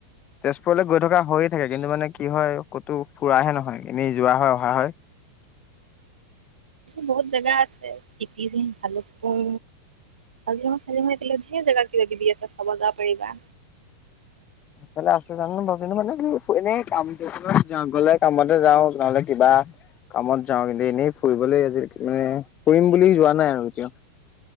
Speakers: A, on the left (about 30°); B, on the right (about 85°).
A: তেজপুৰলৈ গৈ থকা হৈয়ে থাকে কিন্তু মানে কি হয় ক'তো ফুৰাহে নহয়। এনেই যোৱা হয় অহা হয়। <inaudible>
B: বহুত জেগা আছে। তিকিজিং, ভালুকপুং। কাজিৰঙা -চাজিৰঙা এইফালে ধেৰ জেগা কিবা -কিবি আছে চাব যাব পাৰিবা।
A: এইফালে আছে জানো ৰবা কিন্তু মানে কি এনে কাম থাকিলে গলে কামতে যাওঁ নহ'লে কিবা কামত যাওঁ কিন্তু এনেই ফুৰিবলে আজি মানে ফুৰিম বুলি যোৱা নাই আৰু এতিয়াওঁ।